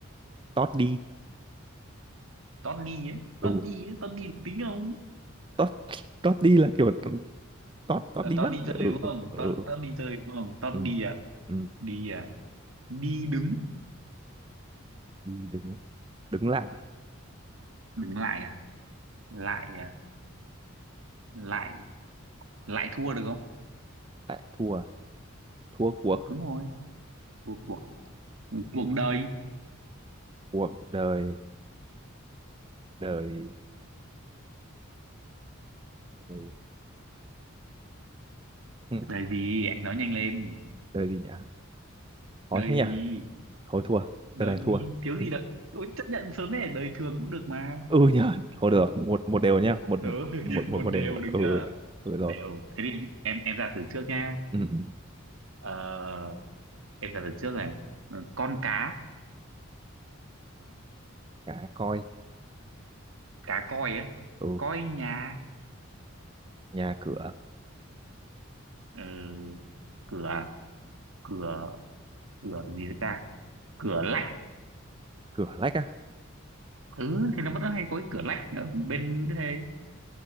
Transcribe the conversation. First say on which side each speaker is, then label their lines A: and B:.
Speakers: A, on the right; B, on the right.
A: tót đi
B: tót đi ấy tót
A: ừ
B: ni ấy tót ni được tính không
A: tót tót đi là kiểu tót tót
B: Ờ,
A: đi
B: Tao
A: mất
B: đi chơi
A: ừ
B: đúng không?
A: ừ
B: Tao tao đi chơi đúng không? Tao
A: ừ
B: đi
A: ừ
B: à?
A: ừ.
B: Đi à? Đi đứng,
A: đi đứng đứng lại
B: đứng lại à? Lại à? Lại lại thua được không?
A: lại thua thua cuộc
B: Đúng rồi, cuộc cuộc cuộc đời.
A: cuộc đời đời đời, ừ,
B: Đời gì? Anh nói nhanh lên.
A: đời gì nhỉ khó
B: Đời
A: thế nhỉ
B: gì?
A: thôi thua
B: Đời
A: đời này thua
B: gì? Thiếu
A: <laughs>
B: gì đợi? Ôi, chấp nhận sớm này, đời thường cũng được mà.
A: ừ nhỉ thôi được một một đều nhá một
B: Rồi,
A: một
B: <laughs>
A: một
B: một
A: một đều
B: đều được
A: ừ
B: chưa?
A: ừ rồi
B: Đều. Thế thì em em ra từ trước nha.
A: ừ ừ.
B: Ờ, em ra từ trước này. Ừ, Con cá,
A: cá coi
B: cá coi ấy.
A: ừ
B: Coi nhà.
A: nhà cửa
B: Ừ, cửa, à? cửa, cửa gì đấy ta? cửa lách
A: cửa lách á
B: ừ thì nó vẫn hay có cái cửa lách ở bên thế